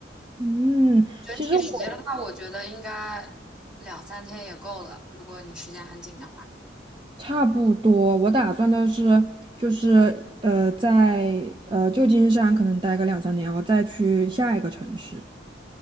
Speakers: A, on the right; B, in the centre.
A: 嗯，
B: 整体时间的话，
A: 其实我
B: 我觉得应该两三天也够了，如果你时间很紧的话。
A: 差不多，我打算的是就是呃在呃旧金山可能待个两三年，然后再去下一个城市。